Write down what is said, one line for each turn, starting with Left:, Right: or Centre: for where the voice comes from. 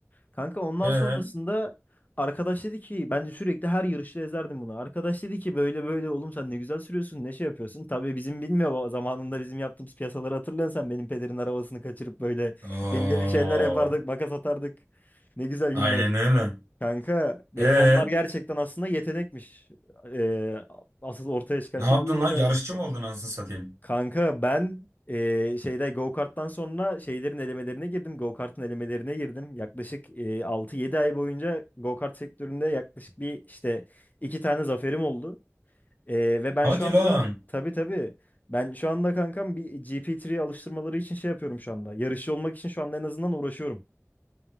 Left: Kanka ondan
Right: ee.
Left: sonrasında arkadaş dedi ki ben de sürekli her yarışta ezerdim bunu. Arkadaş dedi ki böyle böyle oğlum sen ne güzel sürüyorsun ne şey yapıyorsun. Tabii bizim bilmiyor ama zamanında bizim yaptığımız piyasaları hatırlıyorsan sen benim pederin arabasını kaçırıp böyle
Right: Oo,
Left: delileri şeyler yapardık makas atardık. Ne güzel günler.
Right: aynen öyle.
Left: Kanka benim
Right: Ee,
Left: onlar gerçekten aslında yetenekmiş. Ee, asıl ortaya çıkan
Right: ne
Left: şey
Right: yaptın
Left: buymuş
Right: lan?
Left: ya.
Right: Yarışçı
Left: Ka-
Right: mı oldun anasını satayım?
Left: Kanka ben ee, şeyde go-kart'tan sonra şeylerin elemelerine girdim. Go-kart'ın elemelerine girdim. Yaklaşık ee, 6-7 ay boyunca go-kart sektöründe yaklaşık bir işte iki tane zaferim oldu. Ee, ve ben
Right: Hadi
Left: şu anda
Right: lan.
Left: tabii tabii ben şu anda kankam bir GP3 alıştırmaları için şey yapıyorum şu anda. Yarışçı olmak için şu anda en azından uğraşıyorum.